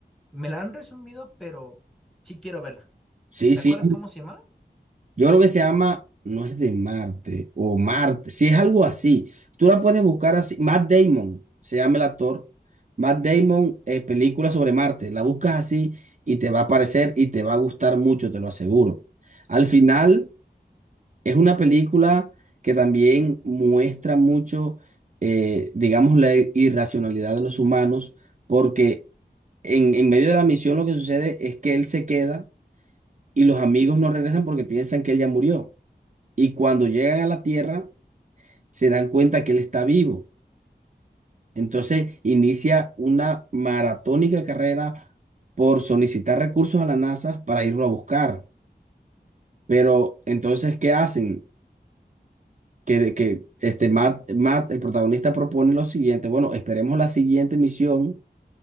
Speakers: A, in the centre; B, on the right.
A: me la han resumido, pero sí quiero verla.
B: Sí,
A: ¿Te
B: sí.
A: acuerdas cómo se llama?
B: Yo creo que se llama, no es de Marte o Marte, sí es algo así. Tú la puedes buscar así. Matt Damon, se llama el actor. Matt Damon, eh, película sobre Marte. La buscas así y te va a aparecer y te va a gustar mucho, te lo aseguro. Al final, es una película que también muestra mucho, eh, digamos, la irracionalidad de los humanos, porque En, en medio de la misión lo que sucede es que él se queda y los amigos no regresan porque piensan que él ya murió. Y cuando llegan a la Tierra se dan cuenta que él está vivo. Entonces inicia una maratónica carrera por solicitar recursos a la NASA para irlo a buscar. Pero entonces, ¿qué hacen? Que, de- que este Matt, Matt, el protagonista, propone lo siguiente. Bueno, esperemos la siguiente misión